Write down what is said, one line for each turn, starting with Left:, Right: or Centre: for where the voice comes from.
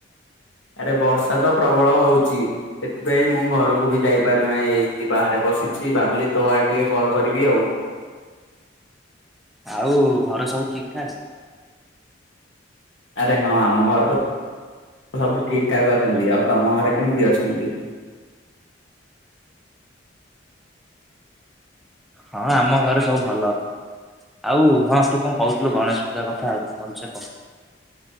Left: ଆରେ ବର୍ଷା ତ ପ୍ରବଳ ହଉଛି। ସେଥିପାଇଁ ମୁଁ ଘରକୁ ବି ଯାଇପାରୁନାହିଁ। ଏମିତି ବାହାରେ ବସିଛି। ଭାବିଲି ତୋ ଆଡେ ଟିକେ କଲ କରିବି ଆଉ। <inaudible>
Centre: ଆଉ ଘରେ ସବୁ ଠିକ୍ ଠାକ୍?
Left: ଆରେ ହଁ ଆମ ଘରେ ତ <unintelligible> ସବୁ ଠିକ୍ ଠାକ୍ ଅଛନ୍ତି। ଆଉ ତମ ଘରେ କେମିତି ଅଛନ୍ତି?
Centre: ହଁ ଆମ ଘରେ ସବୁ ଭଲ ଅଛ, ଆଉ ହଁ ତୁ କଣ କହୁଥିଲୁ ଗଣେଶ ପୂଜା କଥା ଆଉ ଭଲ ସେ କହ।